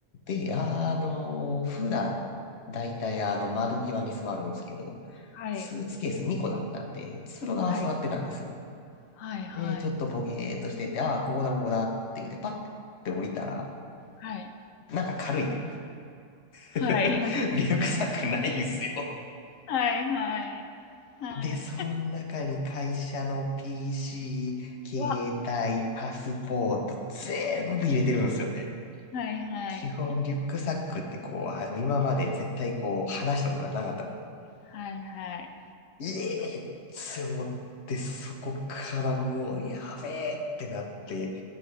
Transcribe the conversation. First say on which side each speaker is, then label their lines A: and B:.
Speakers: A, on the left; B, on the left.
A: で、あの、普段、だいたいあの、窓際に座るんですけど、
B: はい。
A: スーツケース2個だったんで、通路側座ってたんですよ。
B: はい。はいはい。
A: で、ちょっとボゲーっとしてて、ああ、ここだ、ここだって言って、パッて降りたら、
B: はい。
A: なんか軽いと。
B: はい。
A: <laughs>
B: <laughs>
A: リュックサックないんすよ。
B: はいはい。はい。
A: で、その中に会社の PC、
B: わ。
A: 携帯、パスポート、全部入れてるんですよね。
B: はいはい。
A: 基本、リュックサックってこう、あの、今まで絶対こう、話したことがなかったんで、
B: はいはい。
A: ええって思って、そこからもう、やべえってなって、